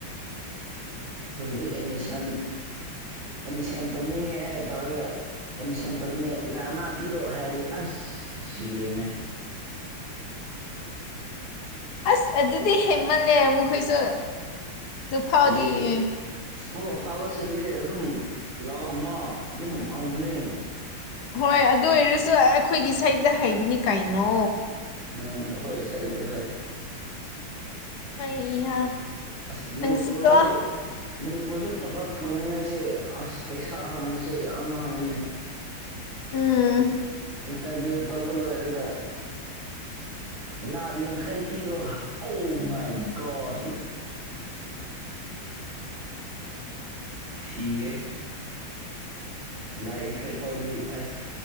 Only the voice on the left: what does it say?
ꯑꯁ ꯑꯗꯨꯗꯤ ꯍꯦꯟꯃꯜꯂꯦ ꯃꯈꯣꯏꯁꯨ ꯑꯗꯨ ꯐꯥꯎꯗꯤ
ꯍꯣꯏ ꯑꯗꯨ ꯑꯣꯏꯔꯁꯨ ꯑꯈꯣꯏꯒꯤ ꯁꯥꯏꯠꯇ ꯍꯩꯕꯅꯤ ꯀꯩꯅꯣ
ꯑꯩꯍꯥ
ꯅꯪꯁꯨꯀꯣ
ꯎꯝ